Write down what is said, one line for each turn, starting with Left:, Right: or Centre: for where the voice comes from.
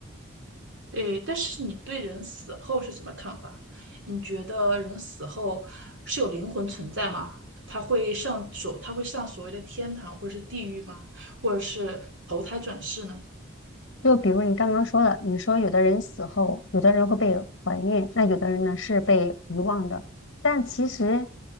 Right: 对，但是你对人死后是什么看法？你觉得人死后是有灵魂存在吗？他会上所，他会上所谓的天堂或者是地狱吗？或者是投胎转世呢？
Left: 就比如你刚刚说的，你说有的人死后，有的人会被怀念，那有的人呢是被遗忘的。但其实，